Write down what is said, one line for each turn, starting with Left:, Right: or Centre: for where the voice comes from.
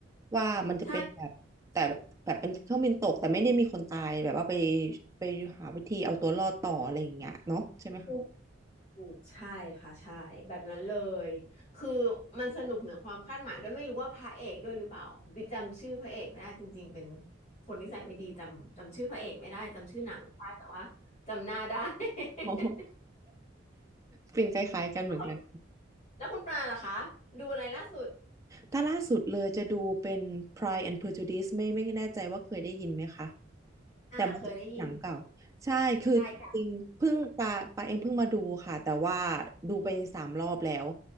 Right: ว่ามันจะเป็นแบบแต่แบบเป็นเครื่องบินตกแต่ไม่ได้มีคนตายแบบว่าไป
Left: ใช่
Right: ไปหาวิธีเอาตัวรอดต่ออะไรอย่างเงี้ยเนาะใช่ไหมคะ
Left: ถูกถูกใช่ค่ะใช่แบบนั้นเลย คือมันสนุกเหนือความคาดหมายด้วยไม่รู้ว่าพระเอกด้วยหรือเปล่า บิกจำชื่อพระเอกไม่ได้จริงๆเป็นคนนิสัยไม่ดีจำจำชื่อพระเอกไม่ได้จำชื่อหนังไม่ได้แต่ว่าจำหน้าได้ <laughs>
Right: โอ้โห <laughs> กลิ่นคล้ายๆกันเหมือนกัน
Left: คุณแล้วคุณปลาล่ะคะดูอะไรล่าสุด
Right: ถ้าล่าสุดเลยจะดูเป็น Pride and Prejudice ไม่ไม่แน่ใจว่าเคยได้ยินไหมคะ
Left: อ่าเคยได้ยิน
Right: แต่มันจะเป็นหนังเก่าใช่คือจริงเพิ่งปาปาเองเพิ่งมาดูค่ะแต่ว่า
Left: ใช่ค่ะ
Right: ดูไปสามรอบแล้ว